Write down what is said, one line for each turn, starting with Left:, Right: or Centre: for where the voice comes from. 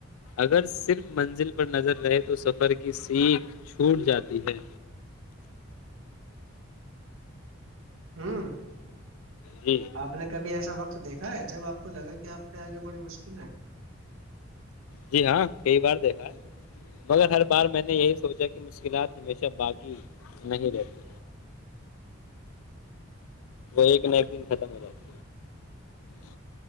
Left: اگر صرف منزل پر نظر رہے تو سفر کی سیکھ چھوٹ جاتی ہے
Right: ہوں <unintelligible>
Left: جی
Right: آپ نے کبھی ایسا وقت تو دیکھا ہے جب آپ کو لگا کہ آپ پہ آگے بڑی مشکل ہے <unintelligible>
Left: جی ہاں کئی بار دیکھا ہے مگر ہر بار میں نے یہی سوچا کہ مشکلات ہمیشہ باقی نہیں رہتی وہ ایک نہ ایک دن ختم ہو جاتی <unintelligible>